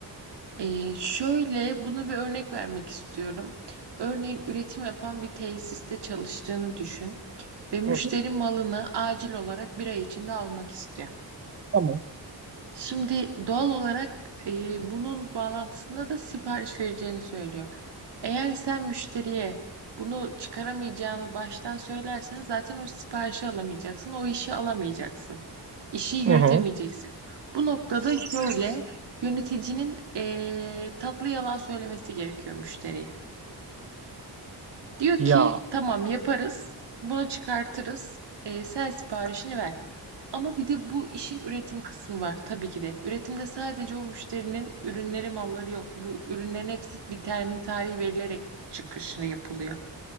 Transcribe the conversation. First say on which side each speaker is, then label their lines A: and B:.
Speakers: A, on the right; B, on the right.
A: Ee, şöyle bunu bir örnek vermek istiyorum. Örneğin üretim yapan bir tesiste çalıştığını düşün ve müşteri
B: Hı hı.
A: malını acil olarak bir ay içinde almak istiyor.
B: Tamam.
A: Şimdi doğal olarak e, bunun bağlantısında da sipariş vereceğini söylüyor. Eğer sen müşteriye bunu çıkaramayacağını baştan söylersen zaten o siparişi alamayacaksın, o işi alamayacaksın. işi yürütemeyeceksin.
B: Hı hı.
A: Bu noktada şöyle yöneticinin eee, tatlı yalan söylemesi gerekiyor müşteriye. Diyor
B: Ya.
A: ki tamam yaparız, bunu çıkartırız, eee, sen siparişini ver. Ama bir de bu işin üretim kısmı var tabii ki de. Üretimde sadece o müşterinin ürünleri, malları yok. Bu ürünlerin hepsi bir termin tarihi verilerek çıkışını yapılıyor.